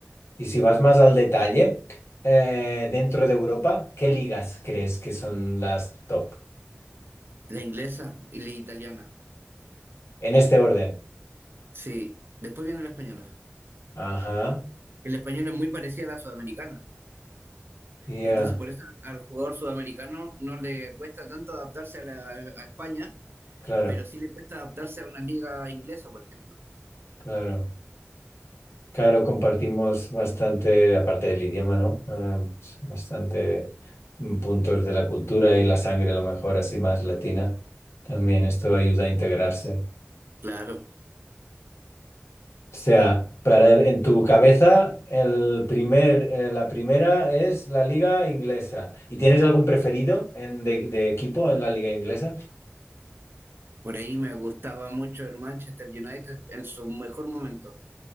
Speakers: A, on the left (about 70°); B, on the right (about 55°).
A: Y si vas más al detalle, eh, dentro de Europa, ¿qué ligas crees que son las top?
B: la inglesa y la italiana.
A: En este orden.
B: Sí, después viene la española.
A: Ajá.
B: El español es muy parecida a la sudamericana.
A: Ya.
B: Entonces, por eso al jugador sudamericano no le cuesta tanto adaptarse a, la- a España,
A: Claro,
B: pero sí le cuesta adaptarse a una liga inglesa, por ejemplo.
A: claro. Claro, compartimos bastante, aparte del idioma, ¿no? Eh, pues, bastante mm, puntos de la cultura y la sangre, a lo mejor así más latina. También esto ayuda a integrarse.
B: Claro,
A: O sea, para el- en tu cabeza el primer, eh, la primera es la liga inglesa. ¿Y tienes algún preferido en- de, de equipo en la liga inglesa?
B: por ahí me gustaba mucho el Manchester United en su mejor momento.